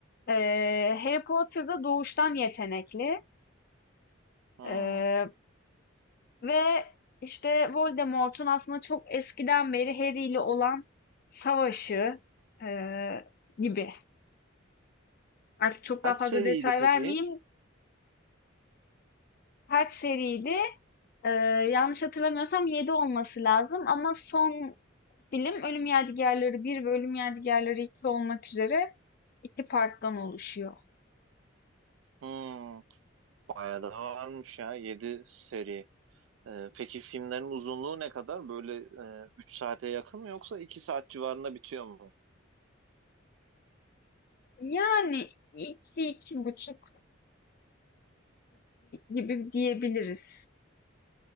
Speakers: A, on the left; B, on the right.
A: Eee Harry Potter da doğuştan yetenekli.
B: Hı.
A: Eee, ve işte Voldemort'un aslında çok eskiden beri Harry ile olan savaşı eee, gibi. Artık çok
B: Kaç
A: daha fazla
B: seriydi
A: detay
B: peki?
A: vermeyeyim. Kaç seriydi? Eee, yanlış hatırlamıyorsam 7 olması lazım ama son Film Ölüm Yadigarları bir ve Ölüm Yadigarları 2 olmak üzere iki parttan oluşuyor.
B: Hı. Bayağı da varmış ya 7 seri. Ee, peki filmlerin uzunluğu ne kadar? Böyle e, 3 saate yakın mı yoksa 2 saat civarında bitiyor mu?
A: Yani iki, iki buçuk gibi diyebiliriz.